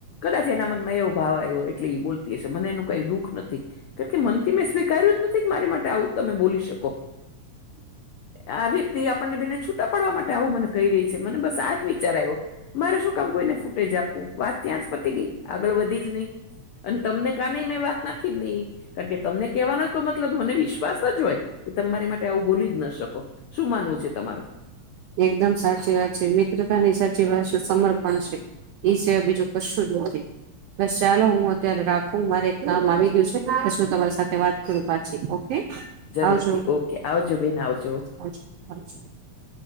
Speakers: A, on the left; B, on the right.
A: કદાચ એના મનમાં એવો ભાવ આવ્યો એટલે ઈ બોલ તી હશે મને એનું કાઈ દુઃખ નથી. કારણ કે મનથી મેં સ્વીકાર્યું જ નથી કે મારી માટે આવું તમે બોલી શકો. આ વ્યક્તિ આપણને બેને છૂટા પાડવા માટે આવું મને કહી રહી છે મને બસ આ જ વિચાર આય્વો. મારે શું કામ કોઈને ફૂટેજ આપવું? વાત ત્યાં જ પતી ગઈ, આગળ વધી જ નહીં. અને તમને કાનેય મેં વાત નાખી જ નહીં. કારણ કે તમને કેહવાનો કોય મતલબ મને વિશ્વાસ જ હોય કે તમે મારી માટે આવું બોલી જ ન શકો. શું માનવું છે તમારું?
B: એકદમ સાચી વાત છે, મિત્રતાની સાચી ભાષા સમર્પણ છે. એ સિવા બીજું કશું જ નહોતી. બસ ચાલો હું અત્યારે રાખું મારે એક કામ આવી ગયું છે પછી તમારી સાથે વાત કરું પાછી ઓ કે
A: જરૂરથી
B: આવજો.
A: ઓકે આવજો બેન આવજો
B: આવજો, આવજો.